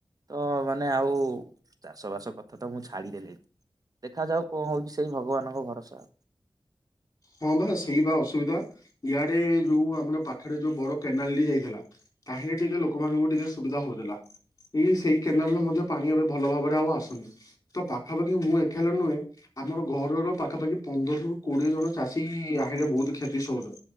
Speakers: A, on the right; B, on the left.
A: ତ ମାନେ ଆଉ ଚାଷ ବାସ କଥାତ ମୁଁ ଛାଡ଼ିଦେଲିଣିି ଦେଖାଯାଉ କଣ ହଉଚି ସେଇ ଭଗବାନଙ୍କ ଭରସା।
B: ହଁ ବା ସେଇବା ଅସୁବିଧା ଇଆଡ଼େ ଯୋଉ ଆମର ପାଖରେ ଯୋଉ ବଡ଼ କେନାଲଟି ଯାଇଥିଲା ତାହିଁଲେ ଟିକେ ଲୋକମାନଙ୍କୁ ଟିକେ ସୁବିଧା ହଉଥିଲା। ଏଇ ସେଇ କେନାଲରେ ମଧ୍ୟ ପାଣି ଏବେ ଭଲ ଭାବରେ ଆଉ ଆସୁନି। ତ ପାଖାପାଖି ମୁଁ ଏକାଲ ନୁହେଁ ଆମର ଘରର ପାଖାପାଖି ପନ୍ଦରରୁ କୋଡ଼ିଏ ଜଣ ଚାଷୀ ଆରେ ବହୁତ୍ କ୍ଷତି ସହୁଚ।